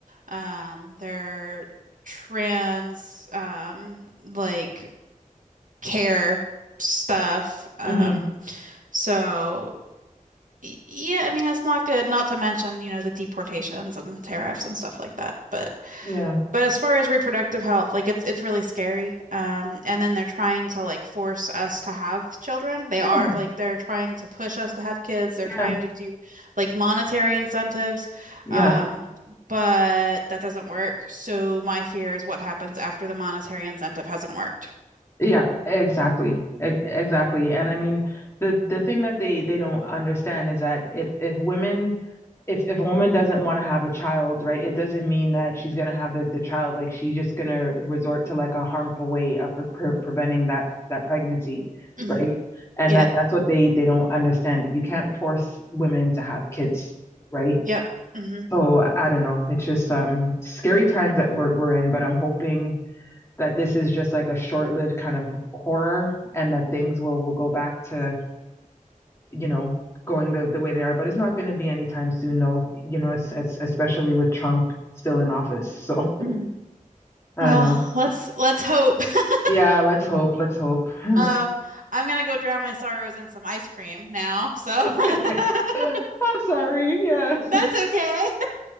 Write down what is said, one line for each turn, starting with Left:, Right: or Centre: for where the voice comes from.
Right: um, their trans um, like care stuff. Um,
Left: mm-hmm.
Right: so y- yeah, I mean it's not good, not to mention, you know, the deportations and tariffs and stuff like that. But
Left: yeah
Right: but as far as reproductive health, like it's it's really scary. Um, and then they're trying to like force us to have children. They
Left: yeah
Right: are like they're trying to push us to have kids. They're
Left: yeah
Right: trying to do like monetary incentives.
Left: yeah
Right: Um, but that doesn't work. So my fear is what happens after the monetary incentive hasn't worked.
Left: Yeah, exactly. E- Exactly. And I mean, the the thing that they they don't understand is that if if women if if a woman doesn't want to have a child, right, it doesn't mean that she's gonna have the the child. Like she's just gonna resort to like a harmful way of pre pre preventing that that pregnancy,
Right: hmm
Left: right? And
Right: Yep.
Left: that that's what they they don't understand. You can't force women to have kids, right?
Right: Yep. hmm
Left: So I don't know. It's just um scary times that we're we're in, but I'm hoping that this is just like a short-lived kind of horror and that things will will go back to, you know, going the, the way they are, but it's not going to be anytime soon though, you know, it's, it's, especially with Trump still in office. So,
Right: hmm
Left: I
Right: Well,
Left: don't know.
Right: let's let's hope. <laughs>
Left: Yeah, let's hope, let's hope. <laughs>
Right: Um, I'm gonna go drown my sorrows in some ice cream now, so
Left: okay.
Right: <laughs>
Left: I'm sorry. Yeah.
Right: that's okay.